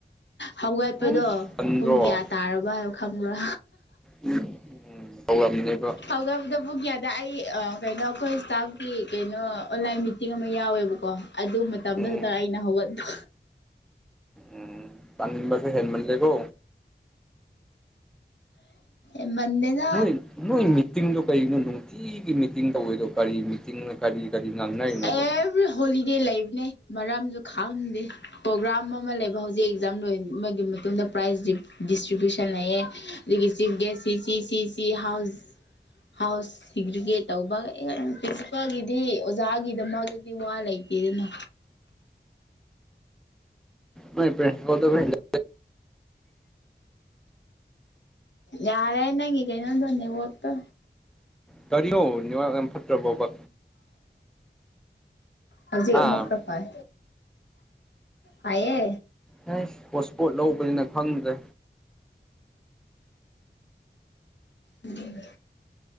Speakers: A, on the left (about 75°); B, in the centre.
A: ꯍꯧꯒꯠꯄꯗꯣ
B: ꯑꯁ ꯇꯟꯗ꯭ꯔꯣ
A: ꯄꯨꯡ ꯀꯌꯥ ꯇꯥꯔꯕ ꯍꯥꯏꯕ ꯈꯪꯕ꯭ꯔꯥ
B: ꯎꯝ ꯐꯧꯃꯤꯅꯦꯕ
A: ꯍꯧꯒꯕꯗ ꯄꯨ ꯀ꯭ꯌꯥꯗ ꯑꯩ ꯀꯩꯅꯣ ꯑꯩꯈꯣꯏ ꯏꯁ꯭ꯇꯥꯐꯀꯤ ꯀꯩꯅꯣ ꯑꯣꯟꯂꯥꯏꯟ ꯃꯤꯇꯤꯡ ꯑꯃ ꯌꯥꯎꯋꯦꯕꯀꯣ ꯑꯗꯨ ꯃꯇꯝꯗ
B: ꯎꯝ
A: ꯈꯛꯇꯪ ꯑꯩꯅ ꯍꯧꯒꯠꯄ
B: ꯎꯝ ꯄꯥꯟꯕꯁꯨ ꯍꯦꯟꯃꯖꯩꯒꯣ
A: ꯎ ꯃꯗꯦꯅ
B: ꯅꯣꯏ ꯅꯣꯏ ꯃꯤꯇꯤꯡꯗꯣ ꯀꯩꯅꯣ ꯅꯨꯡꯇꯤꯒꯤ ꯃꯤꯇꯤꯡ ꯇꯧꯋꯦꯗꯣ ꯀꯔꯤ ꯆꯤꯡꯅ ꯀꯔꯤ ꯀꯔꯤ ꯉꯥꯡꯅꯔꯤꯅꯣꯕ
A: ꯑꯦꯕ꯭ꯔꯤ ꯍꯣꯂꯤꯗꯦ ꯂꯩꯕꯅꯦ ꯃꯔꯝꯁꯨ ꯈꯥꯡꯗꯦ ꯄ꯭ꯔꯣꯒ꯭ꯔꯥꯝ ꯑꯃ ꯂꯩꯕ ꯑꯗꯣ ꯍꯧꯖꯤꯛ ꯑꯦꯛꯖꯥꯝ ꯂꯣꯏ ꯑꯃꯒꯤꯒꯤ ꯃꯇꯨꯡꯗ ꯄ꯭ꯔꯥꯏꯖ ꯗꯤꯁꯇ꯭ꯔꯤꯕ꯭ꯌꯨꯁꯟ ꯂꯩꯌꯦꯦ ꯑꯗꯨꯗꯒꯤ ꯆꯤꯐ ꯒꯦꯁ ꯁꯤ ꯍꯥꯎꯁ ꯍꯥꯎꯁ ꯁꯤꯒ꯭ꯔꯤꯒꯦꯠ ꯇꯧꯕ ꯄ꯭ꯔꯤꯟꯁꯤꯄꯥꯜꯒꯤ ꯗꯤ ꯑꯣꯖꯥꯒꯤꯗꯃꯛꯇꯗꯤ ꯋꯥ ꯂꯩꯇꯦꯗꯅ
B: ꯃꯣꯏ ꯄ꯭ꯔ ꯀ
A: ꯌꯥꯔꯦ ꯅꯪ ꯀꯩꯅꯣꯟ ꯅꯦ ꯍꯛꯇꯣ
B: ꯀꯔꯤꯌꯣ ꯉꯥꯛ ꯌꯥꯝ ꯐꯠꯇ꯭ꯔꯕꯕ
A: ꯍꯧꯖꯤꯛ
B: ꯑꯥ
A: ꯑꯃꯨꯛ ꯈꯔ ꯐꯥꯏ ꯍꯥꯏꯌꯦ
B: ꯍꯣꯠ ꯏꯁꯄꯣꯠ ꯂꯧꯕꯅꯤꯅ ꯈꯪꯗ꯭ꯔꯦ
A: ꯎꯝ